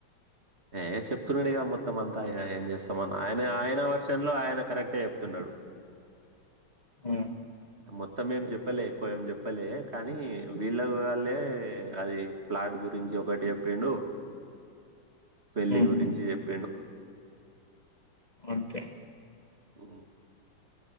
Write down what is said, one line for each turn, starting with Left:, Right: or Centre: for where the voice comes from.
Right: ఏ చెప్తున్నాడు ఇగ మొత్తం అంతా ఇగ ఏం జేస్తామన్ ఆయన ఆయన వర్షన్ లో ఆయన కరెక్ట్ చెప్తున్నాడు నడు
Left: ఆ
Right: మొత్తం ఏం జెప్పలే ఎక్కువ ఏం జెప్పలే కానీ వీళ్ళ వాళ్ళే అది ప్లా వాటి గురించి ఒకటి చెప్పాండు పెళ్లి
Left: హ్మ్
Right: గురించి చెప్పిండు
Left: అంతే
Right: ఉ